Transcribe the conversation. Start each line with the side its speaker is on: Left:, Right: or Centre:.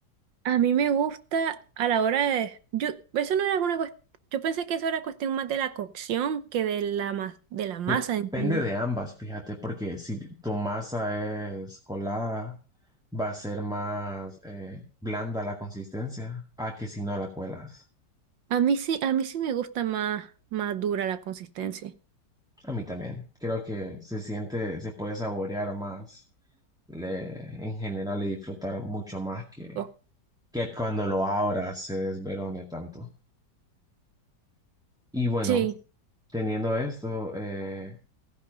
Right: A mí me gusta a la hora de... Yo, eso no era una cuestión... Yo pensé que eso era cuestión más de la cocción que de la, ma- de la masa
Centre: Depende
Right: en general.
Centre: de ambas, fíjate, porque si tu masa es colada, va a ser más eh, blanda la consistencia a que si no la cuelas.
Right: A mí sí, a mí sí me gusta más, más dura la consistencia.
Centre: A mí también. Creo que se siente, se puede saborear más le- en general y disfrutar mucho más que,
Right: Oh,
Centre: que cuando lo abras se desverone tanto. Y bueno,
Right: Sí,
Centre: teniendo esto, eh,